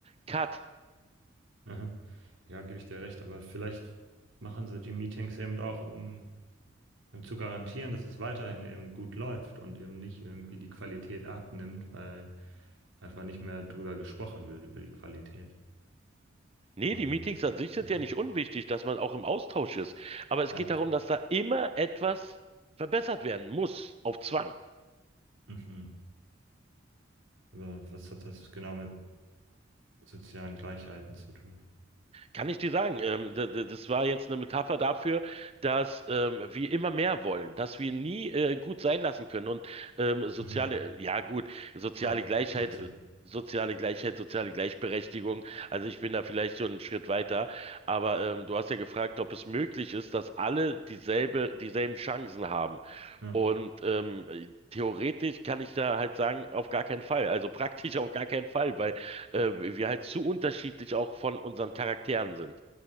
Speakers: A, on the right; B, on the right.
A: Cut.
B: Aha. Ja, gebe ich dir recht, aber vielleicht machen sie die Meetings eben auch, um, um zu garantieren, dass es weiterhin eben gut läuft und eben nicht irgendwie die Qualität abnimmt, weil einfach nicht mehr drüber gesprochen wird, über die Qualität.
A: Nee,
B: Und,
A: die Meetings an sich sind
B: oder?
A: ja nicht unwichtig, dass man auch im Austausch ist. Aber es
B: Ja.
A: geht darum, dass da immer etwas verbessert werden muss, auf Zwang.
B: Mhm. Aber was hat das genau mit sozialen Gleichheiten zu tun?
A: Kann ich dir sagen, ähm, d- d- das war jetzt eine Metapher dafür, dass ähm, wir immer mehr wollen, dass wir nie äh, gut sein lassen können und ähm, soziale,
B: Mhm.
A: ja gut, soziale
B: Doch,
A: Gleichheit,
B: das macht Sinn.
A: äh, soziale Gleichheit, soziale Gleichberechtigung. Also ich bin da vielleicht schon einen Schritt weiter, aber ähm, du hast ja gefragt, ob es möglich ist, dass alle dieselbe, dieselben Chancen haben.
B: Ja.
A: Und ähm, theoretisch kann ich da halt sagen, auf gar keinen Fall, also praktisch <laughs> auf gar keinen Fall, weil äh, wir halt zu unterschiedlich auch von unseren Charakteren sind.